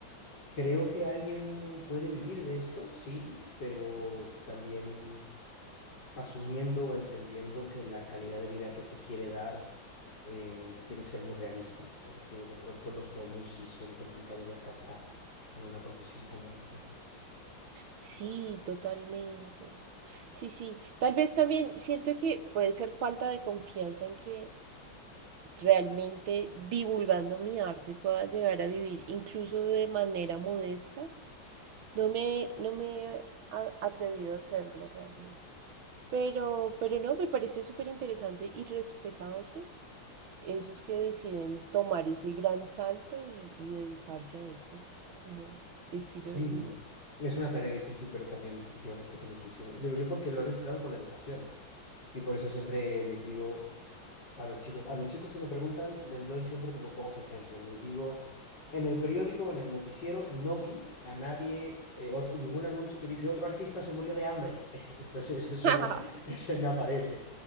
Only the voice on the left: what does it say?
Creo que alguien puede vivir de esto, sí, pero también asumiendo o entendiendo que la calidad de vida que se quiere dar eh, tiene que ser muy realista, porque de pronto los sueños sí son complicados de alcanzar en una profesión como esta.
Sí,
es una tarea difícil, pero también yo respeto muchísimo. Digo yo porque lo he mezclado con la educación y por eso siempre les digo A los chicos, a los chicos que me preguntan, les doy siempre como dos ejemplos. Les digo, en el periódico en el noticiero no vi a nadie, eh, otro- ningún anuncio que dice otro artista se murió de hambre. <laughs> Entonces eso
no, <laughs> eso no aparece.